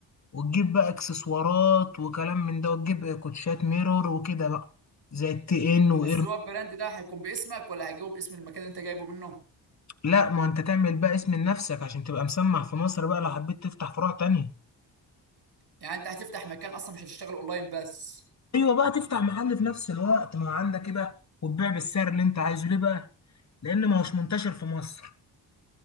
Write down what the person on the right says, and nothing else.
بس هو البراند ده هيكون باسمك ولا هيجيبه باسم المكان اللي انت جايبه منه
يعني انت هتفتح مكان اصلا مش هتشتغل اونلاين بس